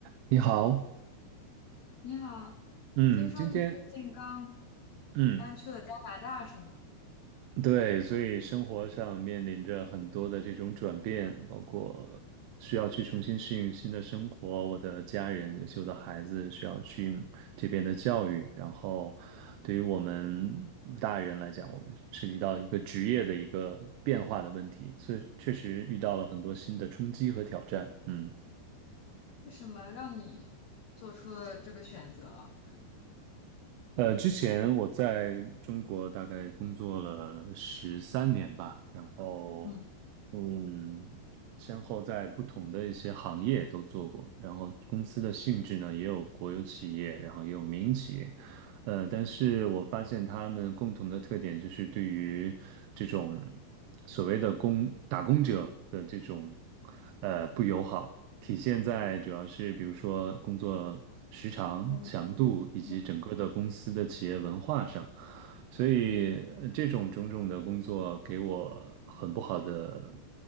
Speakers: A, on the right; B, on the left.
A: 你好，
B: 你好，
A: 嗯，
B: 听说你最近刚
A: 今天，嗯，
B: 搬去了加拿大是吗？
A: 对，所以生活上面临着很多的这种转变，包括需要去重新适应新的生活，我的家人，尤其我的孩子需要适应这边的教育，然后对于我们大人来讲，我们涉及到一个职业的一个变化的问题，所以确实遇到了很多新的冲击和挑战，嗯。
B: 是什么让你做出了这个选择？
A: 呃，之前我在中国大概工作了十三年吧，然后，
B: 嗯
A: 嗯，先后在不同的一些行业都做过，然后公司的性质呢，也有国有企业，然后也有民营企业，呃，但是我发现他们共同的特点就是对于这种所谓的工打工者的这种呃不友好，体现在主要是比如说工作时长、
B: 嗯
A: 强度以及整个的公司的企业文化上。
B: 嗯
A: 所以呃这种种种的工作给我很不好的
B: 嗯